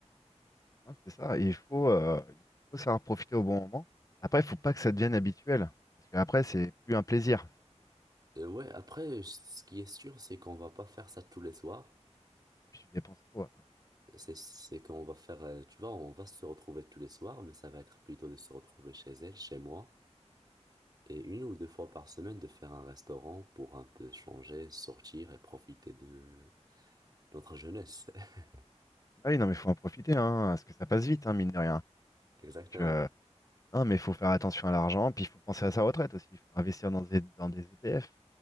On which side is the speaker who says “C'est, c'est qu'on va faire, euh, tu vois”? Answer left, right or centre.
Right